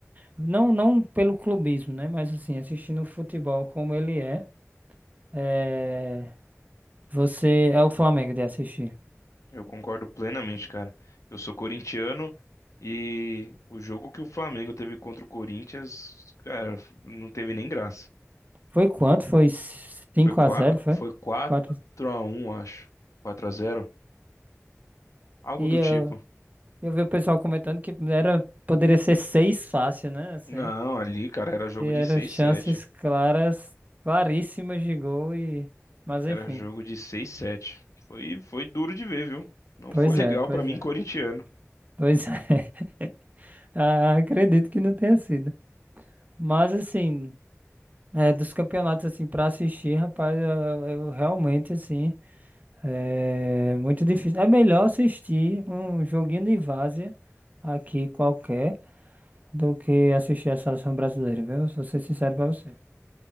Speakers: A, on the right (about 30°); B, on the left (about 80°).
A: não, não pelo clubismo, né? Mas assim, assistindo o futebol como ele é, é, você é o Flamengo de assistir.
B: Eu concordo plenamente, cara. Eu sou corintiano e o jogo que o Flamengo teve contra o Corinthians, cara, não teve nem graça.
A: Foi quanto? Foi cinco
B: Foi quatro
A: a zero, foi?
B: foi 4
A: quatro.
B: a um acho. quatro a zero, algo
A: E
B: do
A: eu,
B: tipo.
A: eu vi o pessoal comentando que era, poderia ser 6 fácil, né? Assim,
B: Não, ali, cara, era jogo
A: e eram
B: de seis
A: chances
B: sete.
A: claras, claríssimas de gol e. Mas
B: Era
A: enfim.
B: jogo de seis sete. Foi, foi duro de ver, viu? Não
A: Pois
B: foi <laughs> legal
A: é, pois
B: pra mim,
A: é.
B: corintiano.
A: Pois é. <laughs> Ah, Acredito que não tenha sido. Mas assim, é, dos campeonatos assim para assistir, rapaz, eu, eu realmente assim é muito difícil. É melhor assistir um joguinho de várzea aqui qualquer do que assistir a seleção brasileira, viu? Vou ser sincero pra você.